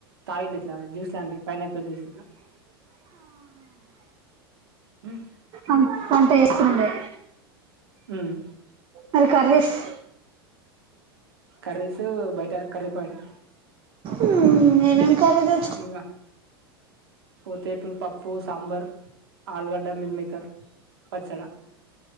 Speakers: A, on the right; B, on the right.
A: తాగిల్లిట్లా జ్యూస్ లాంటివి పైనాపిల్ జ్యూసిట్ల ఉహ్
B: అవును వంట ఏసుకునుడే
A: ఉమ్
B: అది కర్రీస్
A: కర్రీసు బయట కర్రీ పెయింట్
B: ఉమ్ మీ ఇంకరైతే
A: ఇగ పోతేపుల్ పప్పు సాంబార్ ఆలుగడ్డ మిల్మేకర్ పచ్చడ